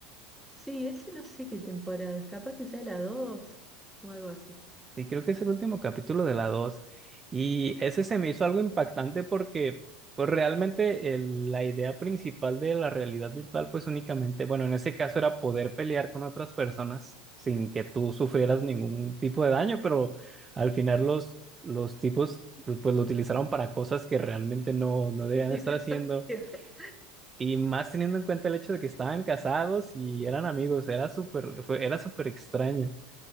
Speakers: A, in the centre; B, on the right.
A: Sí, ese no sé qué temporada es, capaz que sea la 2 o algo así.
B: Sí, creo que es el último capítulo de la dos Y ese se me hizo algo impactante porque pues, realmente el- la idea principal de la realidad virtual, pues únicamente, bueno, en ese caso era poder pelear con otras personas sin que tú sufrieras ningún tipo de daño, pero al final los, los tipos pues lo utilizaron para cosas que realmente no, no debían
A: Sí, <laughs>
B: estar
A: nada
B: haciendo.
A: que ver.
B: Y más teniendo en cuenta el hecho de que estaban casados y eran amigos, era súper, fue- era súper extraño.